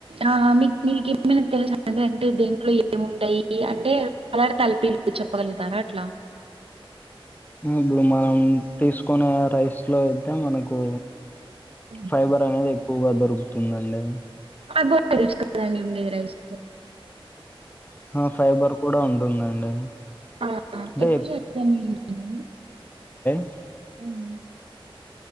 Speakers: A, on the right; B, on the left.
A: ఆ మీకు మీకు ఏమైనా తెలుసా అండి అంటే దీంట్లో ఏముంటాయి అంటే అలాడతే తలిపి చెప్పగలుగుతారా అట్లా
B: ఇప్పుడు మనం తీసుకునే రైస్ లో అయితే మనకు
A: హ్మ్.
B: ఫైబర్ అనేది ఎక్కువగా దొరుకుతుందండి
A: కార్బోహైడ్రేట్స్ కథ అండి ఉండేది రైస్లో
B: హా ఫైబర్ కూడా ఉంటుందండి అంటే
A: ఆ! ఎక్కువ శాతం ఏంటండి?
B: <inaudible>
A: హ్మ్.